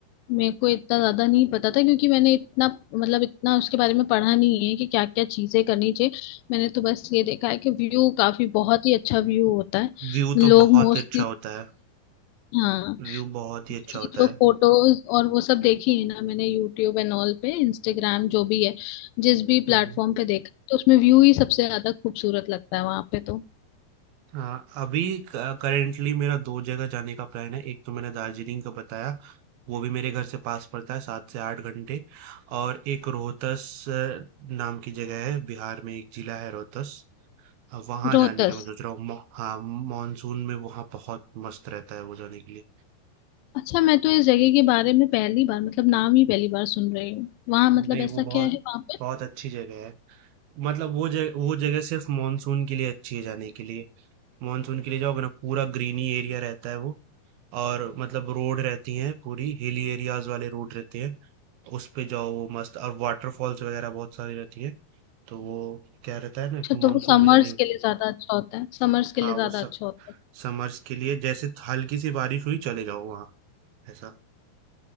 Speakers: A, on the left (about 80°); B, on the right (about 70°).
A: मेरे को इतना ज्यादा नहीं पता था क्योंकि मैंने इतना मतलब इतना उसके बारे में पढ़ा नहीं है कि क्या क्या चीजें करनी चाहिए मैंने तो बस ये देखा है कि व्यू काफी बहुत ही अच्छा व्यू होता है
B: व्यू
A: लोग
B: तो बहुत
A: मोस्टली
B: अच्छा होता है,
A: हाँ
B: व्यू बहुत ही अच्छा
A: ये
B: होता
A: जो
B: है।
A: फोटोज और वो सब देखी है ना मैंने यूट्यूब एंड ऑल पे इंस्टाग्राम जो भी है जिस भी
B: हुँ,
A: प्लेटफॉर्म पे देखा तो उसमें व्यू ही सबसे ज्यादा खूबसूरत लगता है वहां पे तो
B: हाँ, अभी करेंटली मेरा 2 जगह जाने का प्लान है। एक तो मैंने दार्जिलिंग का बताया, वो भी मेरे घर से पास पड़ता है 7 से 8 घंटे और एक रोहतस अ, नाम की जगह है, बिहार में एक जिला है रोहतस। अ, वहाँ
A: रोहतस
B: जाने का मैं सोच रहा हूँ। मौ, हाँ, मानसून में वहाँ बहुत मस्त रहता है वो जाने के लिए।
A: अच्छा मैं तो इस जगह के बारे में पहली बार मतलब नाम ही पहली बार सुन रही हूँ वहां मतलब
B: नहीं,
A: ऐसा
B: वो बहुत
A: क्या है वहां पे
B: बहुत अच्छी जगह है। मतलब वो जगह वो जगह सिर्फ मानसून के लिए अच्छी है जाने के लिए। मानसून के लिए जाओगे ना पूरा ग्रीनी एरिया रहता है वो और मतलब रोड रहती हैं पूरी हिली एरियाज वाले रोड रहते हैं उस पे जाओ वो मस्त और वाटरफॉल्स वगैरह बहुत सारी रहती हैं तो वो क्या रहता है ना
A: अच्छा
B: कि
A: तो
B: मानसून
A: वो समर्स
B: में जाने में
A: के लिए ज्यादा अच्छा होता है समर्स के
B: हाँ
A: लिए ज्यादा
B: वो सब
A: अच्छा होता है
B: समर्स के लिए जैसे हल्की सी बारिश हुई चले जाओ वहाँ ऐसा